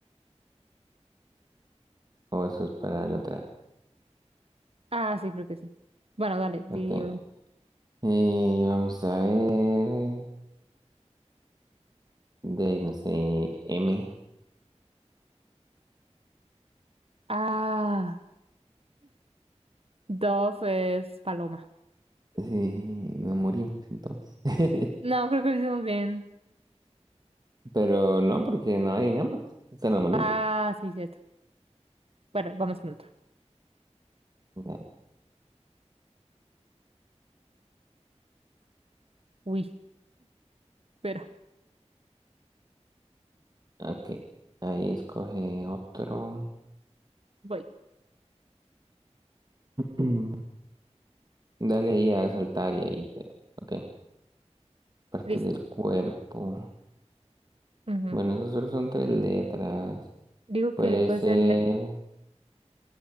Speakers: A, on the right (about 35°); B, on the right (about 55°).
A: O eso es para la otra vez.
B: Ah, sí, creo que sí. Bueno, dale, di
A: Ok. Eh, vamos a ver. De ahí, no sé, M.
B: Ah, Dove es paloma.
A: Sí, nos morimos entonces. <laughs>
B: No, creo que lo hicimos bien.
A: Pero no, porque no hay nada más. O sea, nos morimos.
B: Ah, sí, cierto. Bueno, vamos con otro.
A: Ya,
B: Uy, <laughs> espera,
A: Ok. Ahí escoge otro. <clears throat>
B: voy.
A: Mm. Dale ahí a saltar y ahí te... Ok. Parte
B: Listo.
A: del cuerpo.
B: Ujú.
A: Bueno, esos solo son tres letras.
B: Digo
A: Puede
B: que puede
A: ser...
B: ser leg.